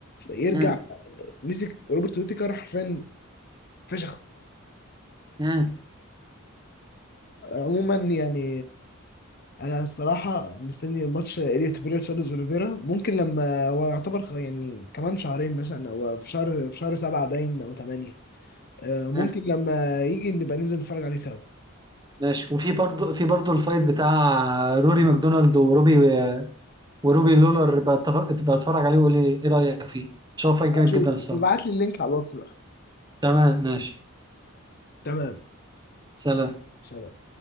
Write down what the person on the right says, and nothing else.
مم.
مم.
مم.
ماشي وفي برضه في برضه الفايت بتاع روري ماكدونالد وروبي وروبي لولر بقى اتفرج عليه وقول لي ايه رايك فيه شوف فايت جامد
جدا الصراحه
تمام ماشي
سلام